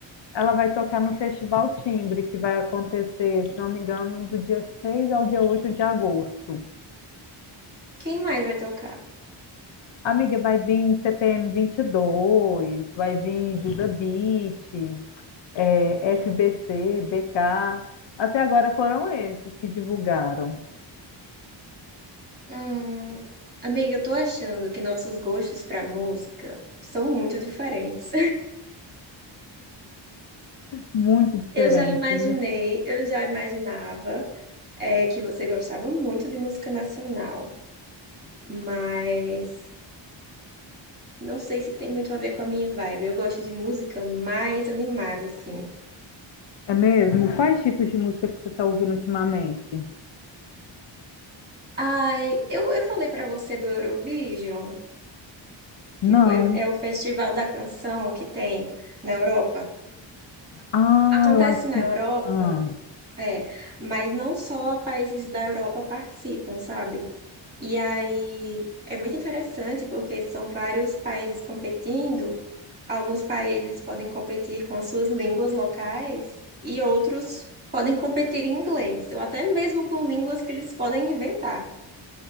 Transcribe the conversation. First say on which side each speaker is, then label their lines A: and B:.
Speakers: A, on the left; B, on the right.
A: Ela vai tocar no Festival Timbre, que vai acontecer, se não me engano, do dia 6 ao dia oito de agosto.
B: Quem mais vai tocar?
A: Amiga, vai vir CPM dois, vai vir Duda Beat, é, FBC, BK. Até agora foram esses que divulgaram.
B: Hum, amiga, eu tô achando que nossos gostos pra música são muito diferentes.
A: Muito diferente,
B: Eu já imaginei,
A: né?
B: eu já imaginava é, que você gostava muito de música nacional, mas não sei se tem muito a ver com a minha vibe. Eu gosto de música mais animada, assim.
A: É mesmo? Quais tipos de música que você está ouvindo ultimamente?
B: Ai, eu, eu falei pra você do Eurovision,
A: Não.
B: que foi, o- é o festival da canção que tem na Europa.
A: Ah,
B: Acontece
A: eu acho
B: na
A: que.
B: Europa.
A: Ah,
B: É, mas não só países da Europa participam, sabe? E aí é muito interessante porque são vários países competindo. Alguns países podem competir com as suas línguas locais e outros podem competir em inglês, ou até mesmo com línguas que eles podem inventar.